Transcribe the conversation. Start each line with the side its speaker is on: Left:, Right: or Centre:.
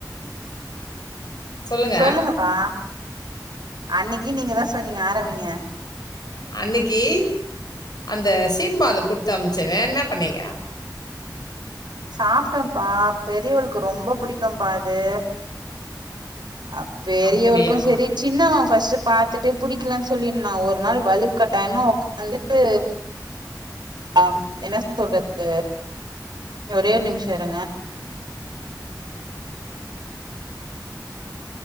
Left: சொல்லுங்க.
Right: சொல்லுங்கப்பா அன்னிக்கு நீங்க தா சொன்னீங்க ஆரம்பிங்க
Left: அன்னிக்கு அந்த சீம்பால கொடுத்து அம்ச்சனெ என்ன பண்ணீங்க
Right: சாப்ட்டொம்ப்பா பெரியவளுக்கு ரொம்ப புடிக்கும்பா அது அ பெரியவளுக்கு
Left: அப்படியா?
Right: செரி சின்னவ ஃபஸ்ட்டு பாத்துட்டு புடிக்கலன்னு சொல்லிருன்னா ஒரு நாள் வழுக்கட்டாயமா உக் வந்துட்டு அ என்ன சொல்றது ஒரே நிம்ஷ இருங்க